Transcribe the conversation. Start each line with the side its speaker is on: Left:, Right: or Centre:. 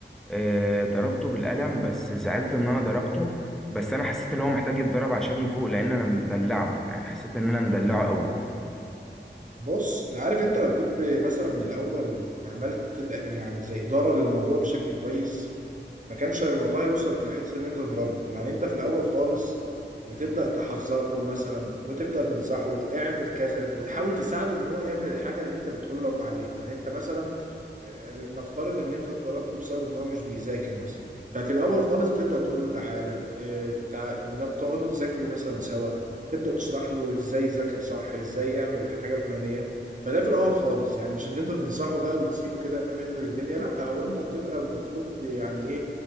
Centre: إيه ضربته بالقلم بس زعلت ان انا ضربته بس انا حسيت ان هو محتاج يتضرب عشان يفوق لان انا مدلعه يعني حسيت ان انا مدلعه قوي
Right: بص عارف انت لو كنت مثلا من الاول عملت تق- يعني زي إدارة للموضوع بشكل كويس ما كانش الموضوع هيوصل لحته ان انت تضربه يعني انت في الاول خالص بتبدا تحذره مثلا وتبدا تنصحه اعمل كذا وتحاول تساعده ان هو يعمل الحاجه اللي انت بتقول له عليها يعني انت مثلا آه، نفترض ان انت ضربته بسبب ان هو مش بيذاكر مثلا ففي الاول خالص تبدا تقول له تعالى آه، تع... ن- تقعدوا تذاكروا مثلا سوا تبدا تشرح له ازاي يذاكر صح ازاي يعمل الحاجه الفلانيه فده في الاول خالص يعني مش ان انت تنصحه بقى وتسيبه كده منه للدنيا لا هو انت بتبقى المفروض يعني ايه